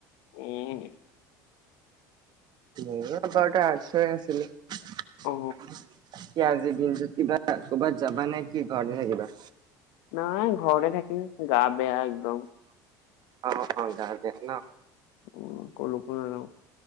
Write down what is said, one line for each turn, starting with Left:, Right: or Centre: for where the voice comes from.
Left: উম
Right: মোৰ আগতে আৰ্টচৰ আছিল কি
Left: অ
Right: আজিৰ দিনটোত কিবা কৰবাত যাবা নে কি ঘৰতে থাকিবা
Left: নাই ঘৰতে থাকিম গা বেয়া একদম।
Right: অঁ অঁ গা বেয়া ন।
Left: উম কলৈকো নাযাওঁ।